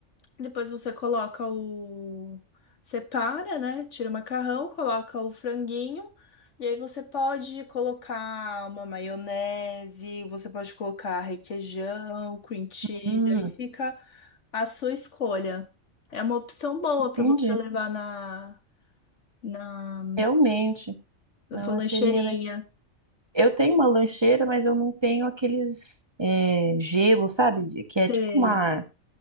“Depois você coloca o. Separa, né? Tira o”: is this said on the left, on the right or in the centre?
Left